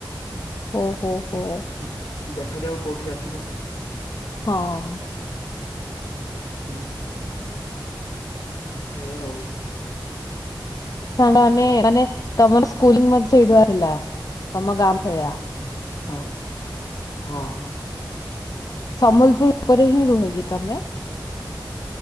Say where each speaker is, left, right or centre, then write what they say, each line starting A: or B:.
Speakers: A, on the left; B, on the left.
A: ଓ ହୋ ହୋ ।
B: ଦେ ଦେଖାଯାଉ କୋଉଠି ଆସିବ?
A: ହମ ।
B: ହୁଁ, ସେଇଆ ଆଉ।
A: <unintelligible> ମାନେ ତମର ସ୍କୁଲିଙ୍ଗ ମଧ୍ୟ ସେଇଠୁ ଆ ଥିଲା ତମ ଗାଁ ଫଆ ।
B: ହଁ ହଁ ହଁ।
A: ସମ୍ବଲପୁର ପରେରେ ହିଁ ରୁହ କି ତମେ?